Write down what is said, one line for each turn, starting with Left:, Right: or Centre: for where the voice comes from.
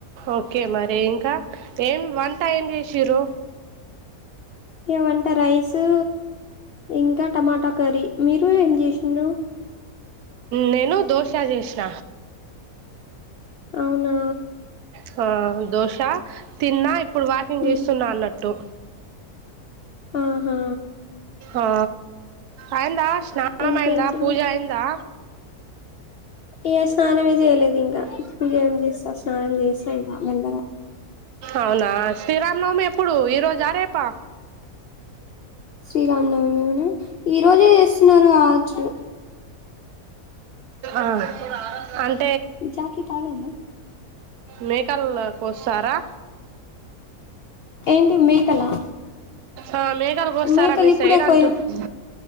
Right: ఓకే మరి ఇంకాఎమ్ వంట ఎమ్ చేసిర్రు
Left: వంట రైసు ఇంకా టమాటా కర్రీ మీరు ఎమ్ చేసిండ్రు.
Right: నేను దోశ చేసిన
Left: అవునా
Right: హ దోస తిన్నా ఇప్పుడు వాకింగ్
Left: మ్మ్
Right: చేస్తున్నా అన్నట్టు.
Left: ఆహా
Right: ఆ అయిందా స్నానం
Left: ఇంకేంటి
Right: అయిందా పూజ అయిందా
Left: యే స్నానమే చేయలేదు ఇంకా పూజ ఎమ్ చేస్తా స్నానం చేసే ఇగ మెల్లగా.
Right: అవునా శ్రీరామనవమి ఎప్పుడు ఈ రోజా రేపా
Left: శ్రీరామ నవమినా ఈ రోజే చేస్తున్నారు కావొచ్చు.
Right: ఆ అన్
Left: జాకిట్ అడేనా
Right: మేకల్ కొస్తారా
Left: యేన్ మేకలా
Right: ఆ మేకలు కోస్తారా
Left: మేకలు
Right: మీ
Left: ఇప్పుడే
Right: సైడ్ అంటున్నా
Left: కొయం